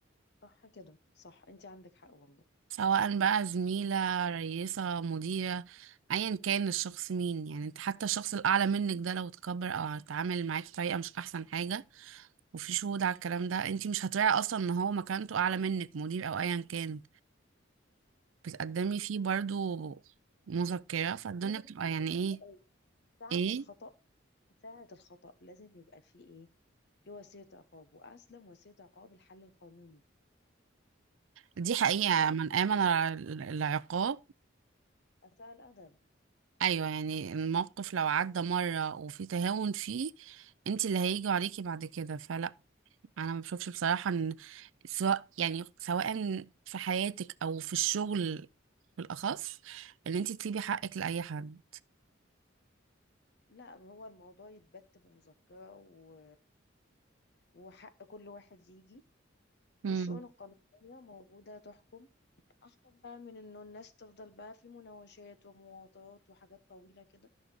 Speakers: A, on the left; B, on the right.
A: صح كده صح أنت عندك حق والله
B: سواء بقى زميله رئيسه مديره ايا كان الشخص مين يعني انت حتى الشخص الاعلى منك ده لو اتكبر او اتعامل معاكي بطريقه مش احسن حاجه وفي شهود على الكلام ده انتي مش هتراعي اصلا ان هو مكانته اعلى منك مدير او ايا كان بتقدمي فيه برضو مذكرة
A: <laughs>
B: فالدنيا بتبقى يعني
A: بصي،
B: ايه
A: ساعة
B: ايه
A: الخطأ ساعة الخطأ لازم يبقى فيه إيه في وسيلة عقاب وأسلم وسيلة عقاب الحل القانوني
B: دي حقيقة
A: اللي هو
B: من آمن ال- العقاب
A: أساء الأدب
B: ايوه يعني الموقف لو عدى مرة وفي تهاون فيه انتي اللي هيجوا عليكي بعد كده فلا انا ما بشوفش بصراحة ان سواء يعني سواء في حياتك او في الشغل بالاخص ان انتي تسيبي حقك لاي حد
A: لا هو الموضوع يتبت بمذكرة و... وحق كل واحد يجي
B: مم.
A: والشؤون القانونية موجودة تحكم اصلا بقى من انه الناس تفضل بقى في مناوشات ومواطات وحاجات طويله كده